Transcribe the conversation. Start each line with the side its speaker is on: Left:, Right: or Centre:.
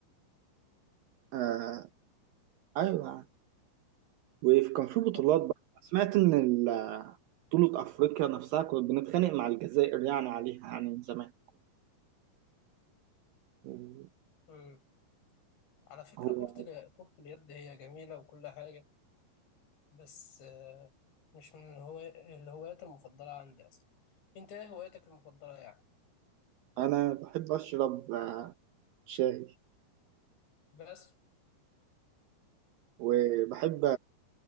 Right: آه أيوه وكان في بطولات
Left: طب
Right: بقى سمعت إن ال- بطولة أفريقيا نفسها كنا بنتخانق مع الجزائر يعني عليها يعني من زمان كنا
Left: مم. على فكرة
Right: هو
Left: كرة ال- كرة اليد هي جميلة وكل حاجة بس آه، مش من هو... الهوايات المفضلة عندي أصلا أنت إيه هوايتك المفضلة يعني
Right: أنا بحب أشرب آه، شاي
Left: بس
Right: وبحب